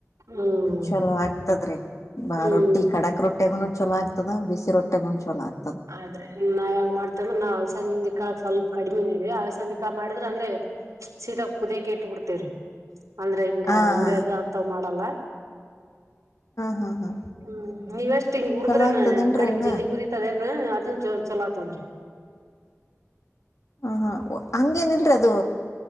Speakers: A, on the right (about 80°); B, on the left (about 70°).
A: ಹ್ಮ್
B: ಚಲೋ ಆಗ್ತದ್ರೀ
A: ಹ್ಮ್
B: ರೊಟ್ಟಿ ಕಡಾಕ್ ರೊಟ್ಟಿಗುನು ಚಲೋ ಆಯ್ತದ ಬಿಸಿ ರೊಟ್ಟೆಗುನುಚಲೋ ಆಗ್ದೆ
A: ಆದ್ರೆ ನಾವಯಂಗ ಮಾಡ್ತಂದ್ರ ನಾವ್ ಹಲಸಂದೆ ಕಾಳ್ ಸ್ವಲ್ಪ ಕಡಿಮೆನಿ ಹಲಸಂದಿ ಕಾಳ್ ಮಾಡಿದ್ರ ಅಂದ್ರೆ ಸೀದ ಕುಡಿಯಾಕ್ ಇಟ್ ಬಿಡ್ತೇವ್ರಿ ಅಂದ್ರೆ ಹಿಂಗ
B: ಆ
A: ಉರಿಯದ್
B: ಹಾ
A: ಅಂತವ್ ಮಾಡಲ್ಲ
B: ಹಾ ಹಾ
A: ಹ್ಮ್ ನೀವಷ್ಟ್ ಹಿಂಗ ಉರ್ದ್ರೆನ
B: ಚಲೋ ಆಗ್ತದೇನ್ರಿ
A: ಕಡಿಮ್
B: ಹಂಗ
A: ಜಲ್ದಿ ಕುದೀತದ್ರಿ ಹ ಅದ ಚಲೋಅತಂದ್ರಿ
B: ಹ ಹಾ ಹಂಗೇಏನ ಇಲ್ರಿ ಅದು